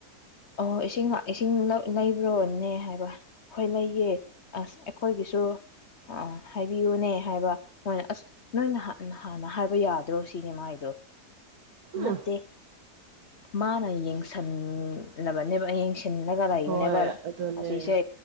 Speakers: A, on the left; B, on the right.
A: ꯑꯣ ꯏꯁꯤꯡ ꯏꯁꯤꯡ ꯂꯩꯕ꯭ꯔꯣꯅꯦ ꯍꯥꯏꯕ ꯍꯣꯏ ꯂꯩꯌꯦꯦ ꯑꯁ ꯑꯩꯈꯣꯏꯒꯤꯁꯨ ꯁꯨꯣ ꯑ ꯑ ꯍꯥꯏꯕꯤꯌꯨꯅꯦ ꯍꯥꯏꯕ ꯃꯣꯏꯅ ꯑꯁ ꯅꯣꯏꯅ ꯍꯥꯟꯅ ꯍꯥꯏꯕ ꯌꯥꯗ꯭ꯔꯣ ꯁꯤꯅꯦ ꯃꯥꯏꯗꯣ
B: ꯎꯝ
A: ꯅꯠꯇꯦ ꯃꯥꯅ ꯌꯦꯡꯁꯟ ꯕꯅꯦꯕ ꯌꯦꯡ ꯁꯤꯜꯂꯒ ꯂꯩꯥꯛꯕꯅꯦꯕ
B: ꯍꯣꯏ ꯑꯗꯨꯅꯦ
A: ꯑꯁꯤꯁꯦ